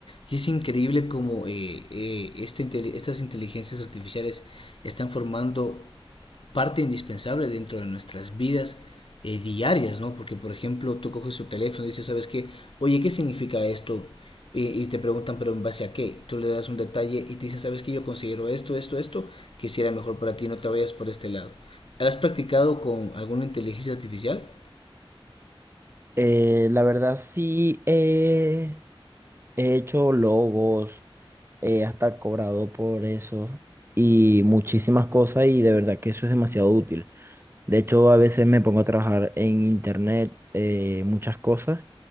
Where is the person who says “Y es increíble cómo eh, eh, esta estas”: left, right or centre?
Left